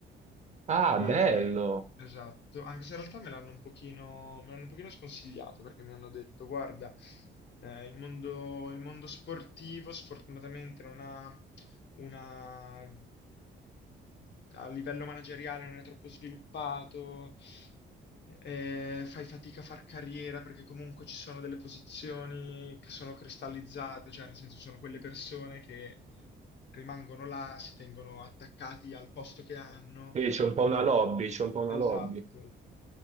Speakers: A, on the right; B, on the left.
A: Ah,
B: e-
A: bello!
B: esatto, anche se in realtà me l'hanno un pochino, me l'hanno un pochino sconsigliato perché mi hanno detto, guarda, eh, il mondo, il mondo sportivo sfortunatamente non ha una... a livello manageriale non è troppo sviluppato, eh, fai fatica a far carriera perché comunque ci sono delle posizioni che sono cristallizzate, cioè nel senso sono quelle persone che rimangono là, si tengono attaccati al posto che hanno
A: Quindi c'è un po' una lobby,
B: No,
A: c'è un po' una
B: Esatto.
A: lobby.